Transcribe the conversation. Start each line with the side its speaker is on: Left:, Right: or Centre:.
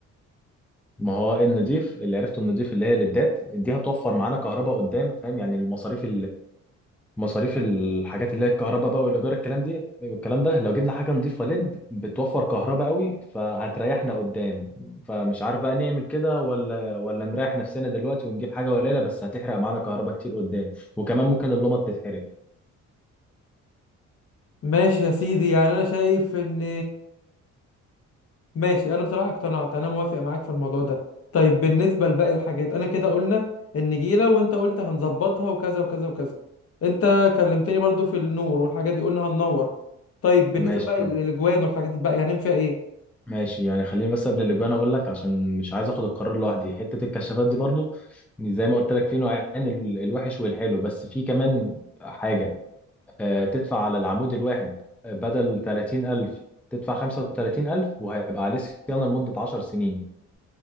Centre: ما هو النضيف اللي عرفته النضيف اللي هي الليدات دي هتوفر معانا كهرباء قدام فاهم يعني المصاريف مصاريف الحاجات اللي هي الكهرباء بقى والايجار الكلام دي الكلام ده لو جبنا حاجه نضيفه ليد بتوفر كهرباء قوي فهتريحنا قدام فمش عارف بقى نعمل كده ولا ولا نريح نفسنا دلوقتي ونجيب حاجه قليله بس هتحرق معانا كهرباء كتير قدام وكمان ممكن اللمبه تتحرق
Left: ماشي يا سيدي يعني انا شايف ان ماشي انا بصراحه اقتنعت انا موافق معاك في الموضوع ده طيب بالنسبه لباقي الحاجات انا كده قلنا النجيله وانت قلت هنظبطها وكذا وكذا وكذا انت كلمتني برضو في النور والحاجات دي قلنا هننور طيب بالنسبه
Centre: ماشي
Left: بقى
Centre: طب
Left: للاجوان والحاجات الباقيه هنعمل فيها ايه
Centre: ماشي يعني خليني بس قبل الاجوان اقول لك عشان مش عايز اخد القرار لوحدي حته الكشافات دي برضو زي ما قلت لك في نوعين ال- الوحش والحلو بس في كمان حاجه آه، تدفع على العمود الواحد آه، بدل 30000 تدفع 35000 وهيبقى عليه صيانة لمدة 10 سنين